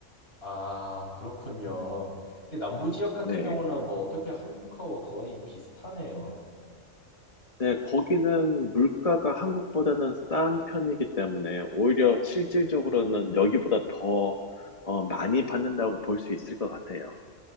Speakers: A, on the left; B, on the left.
A: 아, 그렇군요. 이게 남부 지역 같은
B: 네.
A: 경우는 뭐 어떻게 한국하고 거의 비슷하네요.
B: 네, 거기는 물가가 한국보다는 싼 편이기 때문에 오히려 실질적으로는 여기보다 더 어, 많이 받는다고 볼 수 있을 것 같아요.